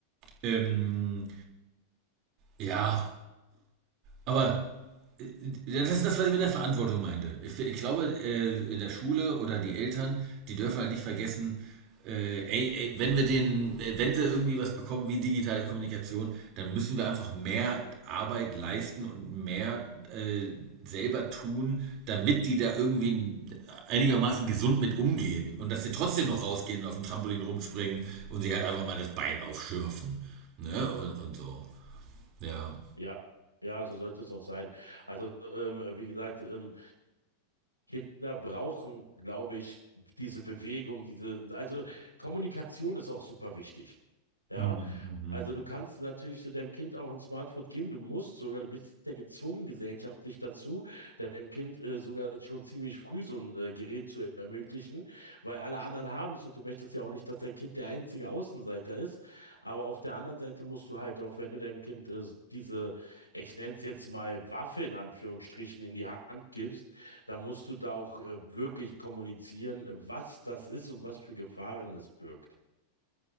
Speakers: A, on the right (about 40°); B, on the left (about 90°).
A: Ähm, ja, aber Ja, das ist das, was ich mit der Verantwortung meinte. Ich, ich glaube, äh, in der Schule oder die Eltern, die dürfen halt nicht vergessen, äh, ey, ey, wenn wir den, äh, wenn sie irgendwie was bekommen wie digitale Kommunikation, dann müssen wir einfach mehr Arbeit leisten und mehr äh, selber tun, damit die da irgendwie einigermaßen gesund mit umgehen und dass sie trotzdem noch rausgehen und auf dem Trampolin rumspringen und sich halt einfach mal das Bein aufschürfen. Ne? Und, und so. Ja.
B: Ja, ja, so sollte es auch sein. Also, ähm, wie gesagt, ähm, Kinder brauchen, glaube ich, diese Bewegung, diese, also Kommunikation ist auch super wichtig. Ja,
A: Mhm. Mhm.
B: also du kannst natürlich so deinem Kind auch ein Smartphone geben, du musst sogar, du bist ja gezwungen gesellschaftlich dazu, deinem Kind äh, sogar schon ziemlich früh so ein äh, Gerät zu ermöglichen, weil alle anderen haben es und du möchtest ja auch nicht, dass dein Kind der einzige Außenseiter ist. Aber auf der anderen Seite musst du halt auch, wenn du deinem Kind äh, diese, ich nenne es jetzt mal Waffe in Anführungsstrichen, in die Hand gibst, da musst du da auch äh, wirklich kommunizieren, was das ist und was für Gefahren es birgt.